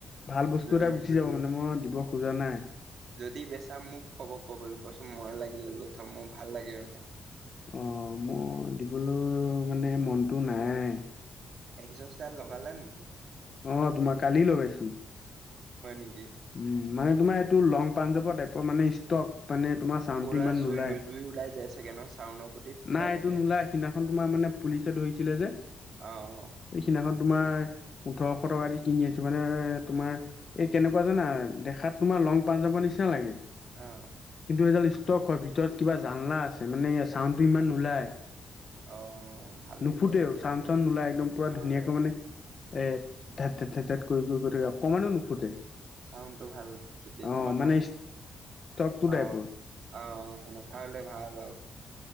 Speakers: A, on the left (about 40°); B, on the right (about 60°).
A: ভাল বস্তু
B: উম
A: এটা গুচি যাব মানে। মই দিব খোজা নাই।
B: যদি বেচা, মোক ক'ব, ক'বলে কৈছোঁ, মই লাগিলে লৈ থম। মোৰ ভাল লাগে মানে।
A: অ'! মই দিবলৈ মানে, মনটো নাই।
B: একজস্টডাল লগালা নেকি?
A: অ'! তোমাৰ কালি লগাইছোঁ।
B: হয় নেকি?
A: উম! মানে, তোমাৰ এইটো লং পাঞ্জাৱত, টাইপৰ মানে ষ্টক। মানে, তোমাৰ চাউণ্ডটো
B: পুৰা
A: ইমান
B: জুই
A: নোলায়।
B: জুই ওলাই যায় চাগে ন চাউনৰ গুটি ফুটাই
A: নাই এইটো,
B: দিলে
A: নোলাই। সিদিনাখন তোমাৰ মানে, পুলিচে ধৰিছিলে যে।
B: অ'! অ'!
A: এই সিদিনাখন তোমাৰ ওঠৰশ টকা দি কিনি আছে মানে তোমাৰ এই কেনেকুৱা জানা দেখাত তোমাৰ লং পা যাব নিচিনা লাগে
B: আহ
A: এডাল ষ্টক হয় ভিতৰত কিবা জাননাা আছে মানে চাউণ্ডটো ইমান নওলাই
B: অ ভালেই
A: নুফুতেও
B: দিয়া তেতিয়াহ'লে
A: চাান চান নোলাই একদম পুৰা
B: নহ'লে
A: ধুনীয়াকৈ মানে এ
B: উম
A: ধে ধ ধে ধে কৰি কৰি কৰি থাক অকমানো নুফুটে
B: চাউণ্ডটো ভাল তেতিয়া
A: অ
B: তোমাৰ
A: মানে
B: হয়
A: ষ্টকটো
B: আহ
A: টাইপৰ
B: আহ সেনেকাা হলে ভাল আৰু